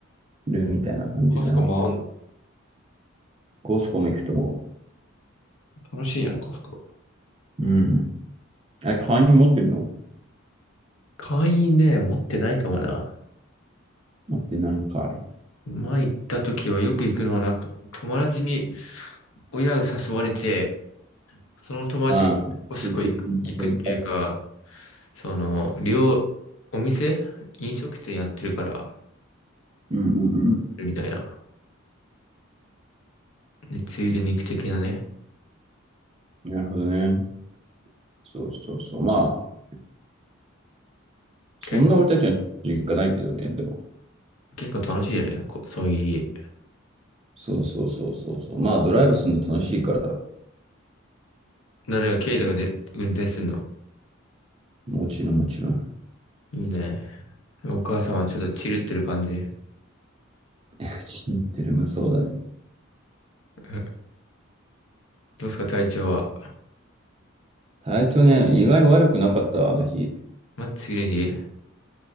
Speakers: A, on the right; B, on the left.
A: 回るみたいな感じだな。
B: コスコもあんの
A: コスコも行くとも
B: 楽しいよね、コスコ。
A: うん。あれ、会員持ってるの
B: 会員ね、持ってないかもな。
A: 持ってないんかい。
B: 前行った時はよく行くのは、なんか友達に親が誘われて、その友達がコスコ行く、
A: ああ、ついてるだけか
B: 行くっていうか、その、両、お店飲食店やってるから、
A: うんうん
B: みたいな。で、ついで肉的なね。
A: うん。なるほどね。そうそうそう。まあ、そんな俺たちの実家ないけどね、
B: け、
A: でも。
B: 結構楽しいよね。こ、そういう日。
A: そうそうそうそうそう。まあ、ドライブするの楽しいから、
B: 誰が、ケイタがで、運転するの。
A: もちろんもちろん。
B: いいね。お母さんはちょっとチルってる感じ。
A: <laughs> 知ってる、まあそうだね。
B: <laughs> どうすか、体調は。
A: 体調ね、意外に悪くなかったわ、あの日。
B: ま、次の日